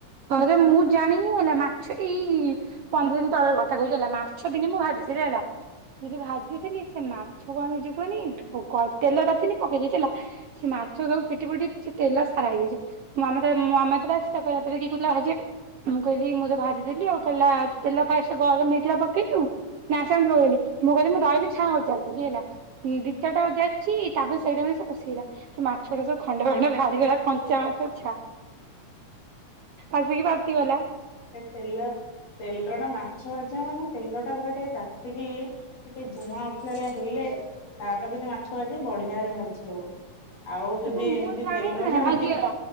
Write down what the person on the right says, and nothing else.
ହଁ ଯେ ମୁଁ ଦ୍ ଜାଣିନି ହେଲା ମାଛ ଏଇ ପନ୍ଦର ଦିନ ତଳର କଥା କହୁଛି ହେଲା ମାଛ ଦିନେ ମୁଁ ଭାଜି ଥିଲା ହେଲା। ଦିଦି ଭାଜୁଥିଲି ସେ ମାଛ କଣ ହେଇଛି କୁହନି ତେଲ ତାତିନି ପକେଇ ଦେଇଛି ହେଲା। ସେ ମାଛ ସବୁ ଫିଟି ଫୁଟି ସେ ତେଲ ସାରା ହେଇଯାଇଛି ମାମା ମୋ ମାମା ଥିଲା ସେ ତତେ କିଏ କହୁଥିଲା ଭାଜିବାକୁ? ମୁଁ କହିଲି ମୁଁ ତ ଭାଜିଦେଲି ଆଉ କହିଲା ତେଲ ଫାଷ୍ଟେ ଗରମ ହେଇଥିଲା ପକେଇଲୁ ସାଙ୍ଗେ ସାଙ୍ଗେ ଧୁଇଲି ମୁଁ ଧଇଲି ଛାଆଁ ଉଜାଡି ଦେଲି ହେଲା। ଦି ଚାରିଟା ଉଯାଡିଛି ତାପରେ ସେଇଟା ବି ସେ ପଷିଇଲା ସେ ମାଛ ଗୁଡା ସବୁ ଖଣ୍ଡ ଖଣ୍ଡ ବାହାରିଗଲା କଞ୍ଚା ମାଛ ଛା ଆସିକି ଭାସିଗଲା।
କିନ୍ତୁ
ମୁଁ ଜାଣିନି
ଆଜି
ହେଲା